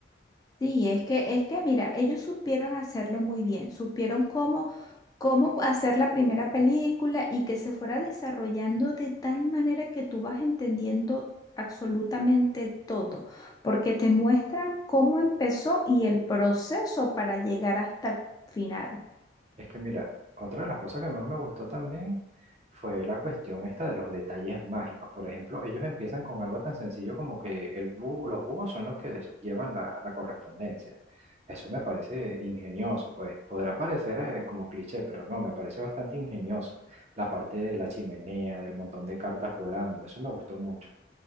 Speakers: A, on the left; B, on the right.
A: Sí, es que, es que mira, ellos supieron hacerlo muy bien, supieron cómo cómo hacer la primera película y que se fuera desarrollando de tal manera que tú vas entendiendo absolutamente todo, porque te muestran cómo empezó y el proceso para llegar hasta el final.
B: Es que mira, otra de las cosas que más me gustó también fue la cuestión esta de los detalles mágicos. Por ejemplo, ellos empiezan con algo tan sencillo como que el búho- los búhos son los que des- llevan la, la correspondencia. Eso me parece ingenioso, pues podrá parecer eh, como cliché, pero no, me parece bastante ingenioso. La parte de la chimenea, del montón de cartas volando, eso me gustó mucho.